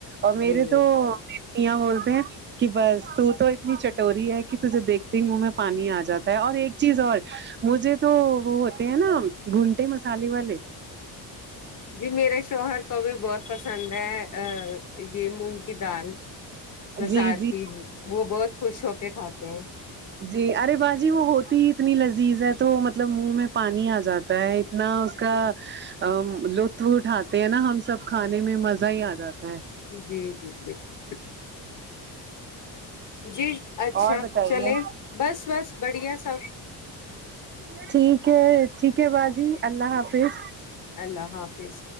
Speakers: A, on the right; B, on the left.
A: اور میرے
B: جی
A: تو میاں بولتے ہیں کہ بس ت تو اتنی چٹوری ہے کہ تجھے دیکھتی ہی منہ میں پانی آ جاتا ہے اور ایک چیز اور مجھے تو وہ ہوتے ہیں نا گھونٹے مسالے والے
B: جی میرے شوہر کو بھی بہت پسند ہے ا یہ مونگ کی دال بازار
A: جی جی
B: کی وہ بہت خوش ہو کے کھاتے ہیں
A: جی ارے باجی وہ ہوتی ہی اتنی لذیذ ہے تو مطلب منہ میں پانی آ جاتا ہے نہ اس کا ا لطف اٹھاتے ہیں نا ہم سب کھانے میں مزہ ہی آ جاتا ہے
B: جی جی بالکل جی اچھا
A: اور بتائیے
B: چلے بس بس بڑھیا سب
A: ٹھیک ہے ٹھیک ہے باجی اللہ حافظ
B: اللہ حافظ